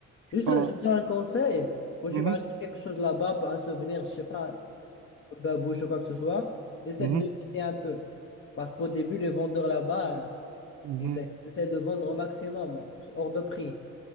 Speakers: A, on the left; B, on the right.
A: Juste,
B: Voilà.
A: un- je te donne un conseil. Quand
B: Mhm,
A: tu vas acheter quelque chose là-bas, un souvenir, je sais pas. babouche ou quoi que ce soit, essaie
B: mhm,
A: de négocier un peu. Parce qu'au début, les vendeurs là-bas, euh,
B: mhm,
A: ils
B: mhm.
A: essaient de vendre au maximum, hein, hors de prix.